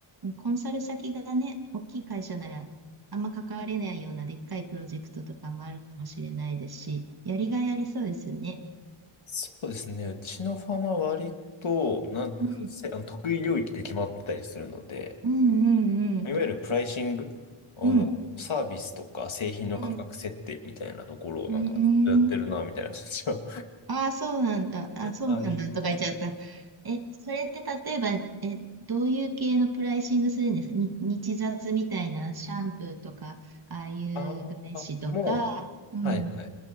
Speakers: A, on the right (about 45°); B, on the left (about 70°).
A: コンサル先がね、大きい会社なら、あんま関われないようなでっかいプロジェクトとかもあるかもしれないですし、やりがいありそうですよね。
B: そうですね。うちのファームは割と、なんていうんですか、
A: うん、
B: せ、あの得意領域で決まってたりするので、
A: うん、うん、うん、
B: いわゆるプライシング、あの、
A: うん、
B: サービスとか製品の価格設定みたいなところをなんかずっとやってるな、
A: うん、うーん。
B: みたいな感じは
A: ああ、そうなんだ。あ、
B: <laughs>
A: そうなんだとか言っちゃった。
B: あります。
A: え、それって例えば、え、どういう系のプライシングするんですかに、日雑みたいなシャンプーとか、ああいう外資とか、
B: ああ、もう、
A: うん。
B: はいはい。